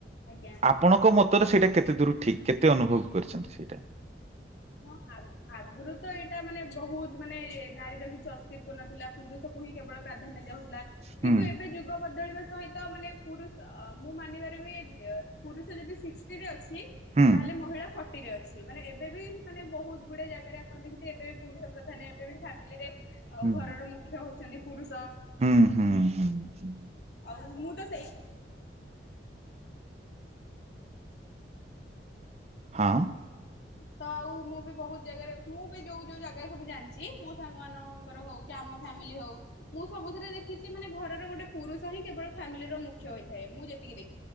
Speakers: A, on the left (about 70°); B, on the right (about 35°).
A: ଆଜ୍ଞା।
B: ଆପଣଙ୍କ ମତରେ ସେଇଟା କେତେ ଦୂର ଠିକ କେତେ ଅନୁଭବ କରିଛନ୍ତି ସେଇଟା।
A: ହଁ ଆଗରୁ ତ ଏଇଟା ମାନେ ବହୁତ ମାନେ ନାରୀର କିଛି ଅସ୍ତିତଵ ନଥିଲା ପୁରୁଷ ହିଁ କେବଳ ପ୍ରାଧାନ୍ୟ ଦିଉଥିଲା
B: ହୁଁ
A: କିନ୍ତୁ ଏବେ ଯୁଗ ବଦଳିବା ସହିତ ତ ମାନେ ପୁରୁଷ ମୁଁ ମାନିବାର ବି ପୁରୁଷ ଯଦି ସିକ୍ସଟିରେ ଅଛି।
B: ହୁଁ
A: ତାହେଲେ ମହିଳା ଫଟିରେ ଅଛି ମାନେ ଏବେ ବି ମାନେ ବହୁତ ଗୁଡଏ ଜାଗାରେ ଆପଣ ଦେଖିଥେ ଏବେ ବି ପୁରୁଷ ପ୍ରଧାନ ଏବେ ବି ଫାମିଲ ରେ ଆଉ
B: ହୁଁ
A: ଘରର ମୁଖ୍ୟ ହଉଛନ୍ତି ପୁରୁଷ।
B: ହୁଁ ହୁଁ ହୁଁ। ହୁଁ।
A: ଆଉ ମୁଁ ତ ସେଇ
B: ହଁ
A: ହ <unintelligible> ତ ଆଉ ମୁଁ ବି ବହୁତ ଜାଗାରେ ମୁଁ ବି ଯୋଉ ଯୋଉ ଜାଗାରେ ସବୁ ଜାଣିଛି ମୋ ସାଙ୍ଗ ମାନଙ୍କର ହଉଛି। ଆମ ଫ୍ୟାମିଲି ହଉ। ମୁଁ ସବୁଥିରେ ଦେଖିଛି ମାନେ ଘରର ଗୋଟେ ପୁରୁଷ ହିଁ କେବଳ ଫ୍ୟାମିଲି ର ମୁଖ୍ୟ ହୋଇଥାଏ ମୁଁ ଯେତିକି ଦେଖି